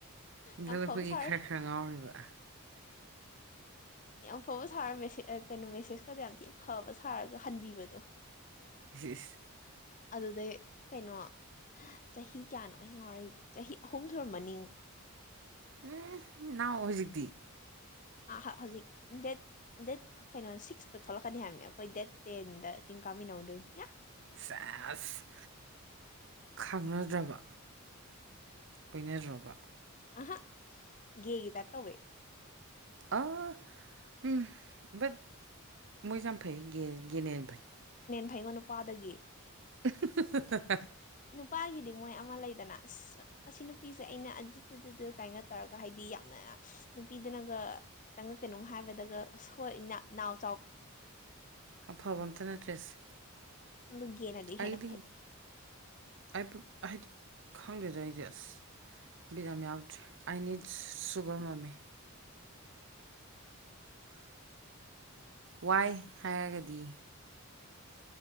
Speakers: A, on the right (about 55°); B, on the left (about 35°).
A: ꯏꯟꯈꯠꯂꯛꯄꯒꯤ
B: ꯌꯥꯝ ꯐꯕ ꯁꯥꯔ
A: ꯈꯔ ꯈꯔ ꯉꯥꯎꯔꯤꯕ
B: ꯑꯐꯕ ꯁꯥꯔ ꯃꯦꯁ ꯀꯩꯅꯣ ꯃꯦꯁꯦꯖꯀꯗ ꯌꯥꯝ ꯊꯤꯅ ꯐꯕ ꯁꯥꯔꯒ ꯍꯟꯕꯤꯕꯗꯣ
A: ꯏꯁ
B: ꯑꯗꯨꯗꯩ ꯀꯩꯅꯣ ꯆꯍꯤ ꯀꯌꯥꯅꯣ ꯑ ꯉꯥꯎꯔꯛꯏꯗꯤ ꯆꯍꯤ ꯑꯍꯨꯝ ꯁꯨꯔꯝꯃꯅꯤ
A: ꯎꯝ ꯅꯅꯥ ꯍꯧꯖꯤꯛꯇꯛꯇꯗꯤ
B: ꯑ ꯍꯧꯖꯤꯛ ꯗꯦꯠ ꯗꯦꯠ ꯀꯩꯅꯣ ꯁꯤꯁ ꯊꯣꯛꯂꯛꯀꯅꯤ ꯍꯥꯏꯕꯅꯦ ꯑꯩꯈꯣꯏ ꯗꯦꯠ ꯇꯦꯟꯗ ꯆꯤꯡ ꯀꯥꯃꯤꯟꯅꯧꯗꯣꯏꯅꯤ
A: ꯁꯦꯁ ꯈꯪꯅꯗ꯭ꯔꯕ ꯀꯣꯏꯅꯗ꯭ꯔꯕ
B: ꯑꯍ ꯦꯒꯤ ꯇ ꯇꯧꯋꯦ
A: ꯑ ꯎꯝ ꯠ ꯃꯣꯏ ꯆꯝ ꯐꯩꯒꯦ ꯒꯤꯅꯅꯕꯩ
B: ꯍꯩꯉꯣ ꯅꯨꯄꯥꯗꯒꯤ
A: <unintelligible>
B: ꯅꯨꯄꯥꯒꯤꯗꯤ ꯃꯣꯏ ꯑꯃ ꯂꯩꯗꯅ ꯑꯁ ꯑꯁꯤ ꯅꯨꯄꯤ ꯁꯦ ꯑꯩꯅ ꯑꯗꯨꯗꯨ ꯀꯥꯏꯅ ꯇꯧꯔꯒ ꯍꯥꯏꯗꯤ ꯌꯥꯝꯅ ꯅꯨꯄꯤꯗꯨꯅꯒ ꯈꯤꯇꯪꯒ ꯀꯩꯅꯣꯝ ꯍꯥꯏꯕ ꯑꯗꯨꯒ ꯍꯣꯏ ꯏꯅꯥꯎ
A: ꯑꯐꯕ ꯑꯝꯇ ꯅꯠꯇ꯭ꯔꯦꯁꯦ
B: ꯑꯗꯨꯒꯤꯦꯅꯗꯤ ꯍꯦꯟꯅ
A: ꯑꯩꯗꯤ
B: ꯐꯩ
A: ꯑꯩꯕꯨ ꯍꯥꯏꯗꯤ ꯈꯪꯗꯦꯗ ꯑꯩꯗꯤ ꯑꯁ ꯕꯤꯠ ꯌꯥꯝ ꯌꯥꯎꯗ꯭ꯔꯦ ꯑꯩ ꯅꯤꯠ ꯁꯨꯒꯔ ꯃꯝꯃꯦ ꯋꯥꯏ ꯍꯥꯏꯔꯒꯗꯤ